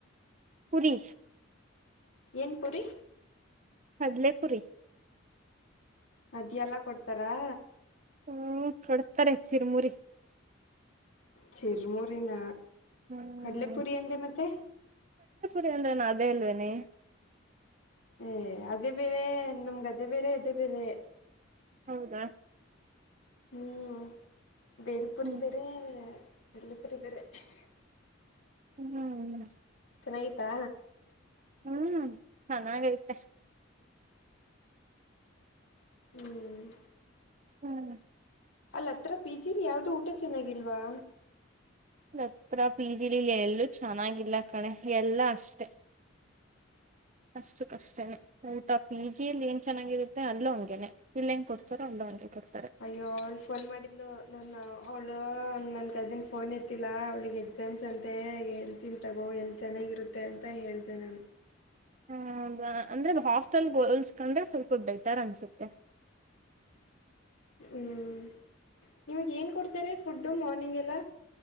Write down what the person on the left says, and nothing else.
ಏನ್ ಪುರಿ?
ಮದ್ಯಲ್ಲಾ ಕೊಡ್ತಾರಾ?
ಚುರ್ಮುರಿನ
ಕಡ್ಲೆಪುರಿ ಅಂದೆ ಮತ್ತೆ
ಏ ಅದೇ ಬೇರೆ ನಮ್ಗ್ ಅದೇ ಬೇರೆ ಇದೇ ಬೇರೆ.
ಹ್ಮ್ ಬೇಲ್ಪುರಿ
ಬೇರೇ ಕಡ್ಲೆಪುರಿ ಬೇರೆ ಹ್
ಚೆನ್ನಾಗಿತ್ತಾ?
ಹ್ಮ್
ಅಲ್ ಹತ್ರ ಪಿ ಜಿಲಿ ಯಾವ್ದೂ ಊಟ ಚೆನ್ನಾಗಿಲ್ವಾ?
ಅಯ್ಯೋ ಅವ್ಳ ಫೋನ್ ಮಾಡಿದ್ಲು ನನ್ನಾ ಅವಳು ನನ್ ಕಝಿನ್ ಫೋನ್ ಎತ್ತಿಲ್ಲಾ ಅವಳಿಗೆ ಎಕ್ಸಾಮ್ಸ್ ಅಂತೆ ಹೇಳ್ತೀನಿ ತಗೋ ಎಲ್ಲಿ ಚೆನ್ನಾಗಿರುತ್ತೆ ಅಂತ ಹೇಳ್ದೆ ನಾನು.
ಹ್ಮ್ ನಿಮ್ಗ್ ಏನ್ ಕೊಡ್ತಾರೆ ಫುಡ್ಡು ಮಾರ್ನಿಂಗೆಲ್ಲ?